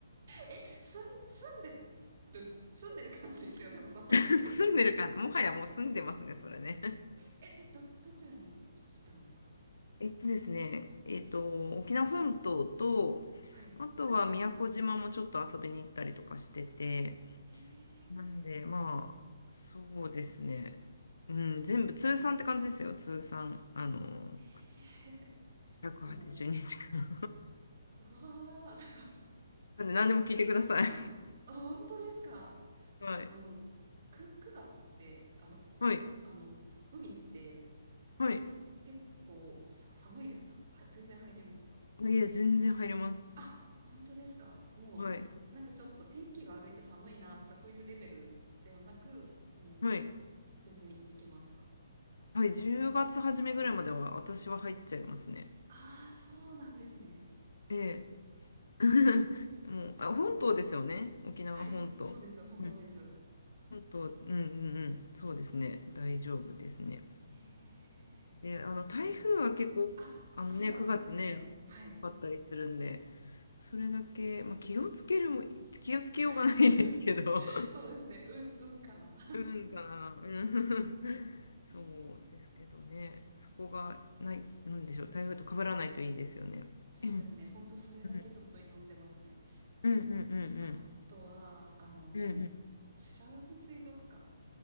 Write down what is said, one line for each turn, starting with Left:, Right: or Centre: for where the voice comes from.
Right: え、すん、住んでる、住んでる感じですよね、もうそうなってくると。
Left: <laughs> 住んでるか、もはやもう住んでますね、それね。
Right: え、え、ど、どちらにい、いたんですか
Left: えっとですね、えっと、沖縄本島と、
Right: はい。
Left: あとは宮古島もちょっと遊びに行ったりとかしてて、
Right: へえ、
Left: なんで、まあ、そうですね、うん、全部通算って感じですよ、通算、あの、
Right: へえ、
Left: 180日間
Right: もう、うわー、
Left: <laughs> なんで、何でも聞いてください
Right: <laughs> あ、本当ですか
Left: <laughs> はい。
Right: あの、く、9月って、あの、お、
Left: はい。
Right: おあの、海って、
Left: はい。
Right: い、結構さ、寒いですかは、全然入れますか
Left: あいや、全然入れます。
Right: あ、本当ですか。もう、
Left: はい。
Right: なんかちょっと天気が悪いと寒いなとかそういうレベルではなく、もう
Left: はい。
Right: 全然いけますか。
Left: はい。10月初めぐらいまでは私は入っちゃいますね。
Right: ああ、そうなんですね。
Left: ええ。<laughs> もう、あ、本島ですよね。沖縄本島。
Right: はい、そうです。本当です。
Left: うん。本島、うんうんうん。そうですね。大丈夫ですね。
Right: へえ。
Left: で、あの、台風は結構、
Right: あ、
Left: あのね、
Right: そうだ、
Left: 9月ね、
Right: そうですね。はい。
Left: 多かったりするんで、それだけ、まあ、気をつけるも、気をつけようがないですけど
Right: <laughs> そうですね。うん、うんかな。
Left: うんかな。うん <laughs>
Right: へー
Left: そうですけどね。そこがない、なんでしょう。台風と被らないといいですよね。
Right: そうですね。
Left: うん。
Right: ほんとそれだけちょっと祈ってますね。
Left: うんうんうん
Right: あとは、あの、
Left: うんうん。うん
Right: 美ら海水族館